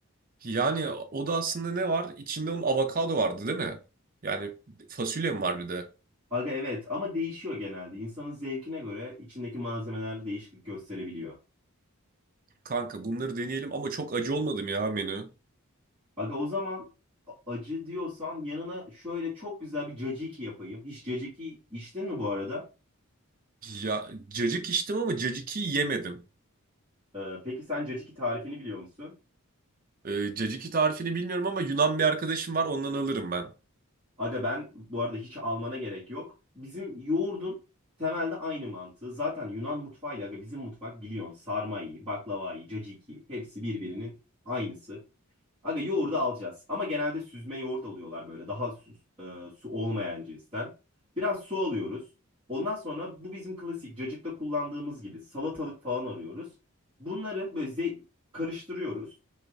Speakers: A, on the right; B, on the right.
A: Yani o da aslında ne var? İçinde onun avokado vardı değil mi? Yani fasulye mi var bir de?
B: Aga evet ama değişiyor genelde. İnsanın zevkine göre içindeki malzemeler değişiklik gösterebiliyor.
A: Kanka bunları deneyelim ama çok acı olmadım ya menü.
B: Aga o zaman a- acı diyorsan yanına şöyle çok güzel bir caciki yapayım. Hiç caciki içtin mi bu arada?
A: Ya cacık içtim ama cacık yemedim.
B: Ee, peki sen caciki tarifini biliyor musun?
A: Ee, caciki tarifini bilmiyorum ama Yunan bir arkadaşım var ondan alırım ben.
B: Aga ben bu arada hiç almana gerek yok. Bizim yoğurdun temelde aynı mantığı. Zaten Yunan mutfağıyla aga bizim mutfak biliyorsun sarmayı, baklavayı, caciki hepsi birbirinin aynısı. Aga yoğurdu alacağız ama genelde süzme yoğurt alıyorlar böyle daha su, e, su olmayan cinsten. Biraz su alıyoruz. Ondan sonra bu bizim klasik cacıkta kullandığımız gibi salatalık falan arıyoruz. Bunları böyle ze- karıştırıyoruz